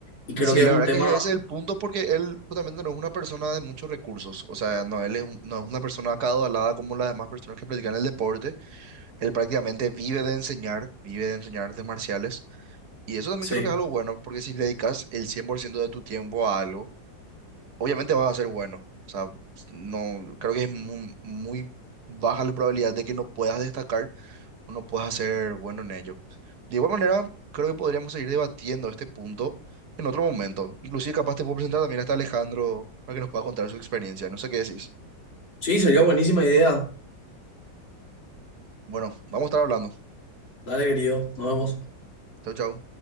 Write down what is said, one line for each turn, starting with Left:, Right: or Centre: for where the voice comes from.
Left: y creo
Right: Y sí,
Left: que
Right: la
Left: es un
Right: verdad
Left: tema...
Right: que ese es el punto porque él justamente no es una persona de muchos recursos, o sea, no, él es un- no es una persona acaudalada como las demás personas que practican el deporte, él prácticamente vive de enseñar, vive de enseñar artes marciales y eso también
Left: Sí,
Right: creo que es algo bueno porque si le dedicas el 100% de tu tiempo a algo, obviamente vas a ser bueno, o sea, no, creo que es muy, muy baja la probabilidad de que no puedas destacar uno pueda ser bueno en ello. De igual manera, creo que podríamos seguir debatiendo este punto en otro momento. Inclusive capaz te puedo presentar también hasta Alejandro para que nos pueda contar su experiencia. No sé qué decís.
Left: sí, sería buenísima idea.
Right: Bueno, vamos a estar hablando.
Left: Dale, querido, nos vemos.
Right: Chau, chau.